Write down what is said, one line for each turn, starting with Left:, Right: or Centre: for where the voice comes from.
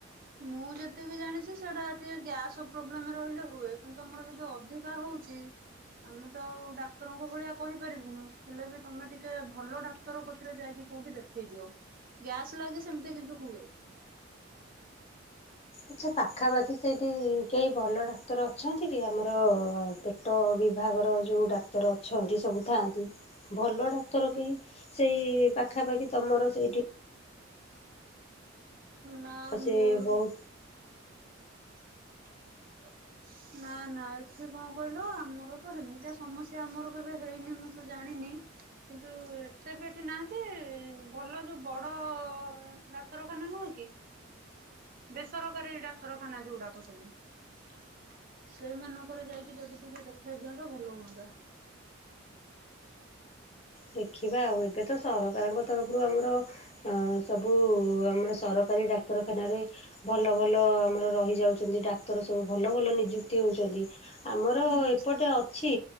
Right: ମୁଁ ଯେତିକି ଜାଣିଛି ସେଟା ଟିକେ ଗ୍ୟାସ ପ୍ରୋବ୍ଲେମ ରହିଲେ ହୁଏ କିନ୍ତୁ ତମର ଯଦି ଅଧିକା ହଉଛି ଆମେ ତ ଆଉ ଡାକ୍ତରଙ୍କ ଭଳିଆ କହିପାରିବୁନୁ ହେଲେ ବି ତମେ ଟିକେ ଭଲ ଡାକ୍ତର କଥରେ ଯାଇକି କୋଉଠି ଦେଖେଇ ଦିଅ ଗ୍ୟାସ୍ ଲାଗି ସେମିତି କିନ୍ତୁ ହୁଏ।
Left: ଆଚ୍ଛା ପାଖାପାଖି ସେଇଠି କେହି ଭଲ ଡାକ୍ତର ଅଛନ୍ତି କି ଆମର ପେଟ ବିଭାଗର ଯୋଉ ଡାକ୍ତର ଅଛନ୍ତି ସବୁ ଥାଆନ୍ତି। ଭଲ ଡାକ୍ତର
Right: ହୁଁ
Left: କେହି ସେଇ ପାଖାପାଖି ତମର ସେଇଠି।
Right: ନା
Left: ସେ
Right: ମୋର
Left: ବହୁତ
Right: <inaudible> ନା ନା ଏଠି କଣ କହିଲ ଆମର ତ ଏମିତିଆ ସମସ୍ୟା ଆମର କେବେ ହେଇନି ମୁଁ ତ ଜାଣିନି କିନ୍ତୁ ଏତେ ବି ଏଠି ନାହାନ୍ତି ଭଲ ଯୋଉ ବଡ ଡାକ୍ତରଖାନା ନୁହେଁ କି ବେସରକାରୀ ଡାକ୍ତରଖାନା ଯୋଉଗୁଡାକ ସବୁ <inaudible> ସେଇମାନଙ୍କର ଯାଇକି ଯଦି ଟିକେ ଦେଖେଇ ଦିଅନ୍ତ ଭଲ ହୁଅନ୍ତା। <inaudible>
Left: ଦେଖିବା ଆଉ ଏବେ ତ ସରକାରଙ୍କ ତରଫରୁ ଆମର ସବୁ ଆମର ସରକାରୀ ଡାକ୍ତରଖାନାରେ ଭଲ ଭଲ ଆମର ରହିଯାଉଛନ୍ତି ଡାକ୍ତର ସବୁ ଭଲ ଭଲ ନିଯୁକ୍ତି ହେଉଛନ୍ତି। ଆମର
Right: ହୁଁ।
Left: ଏପଟେ ଅଛି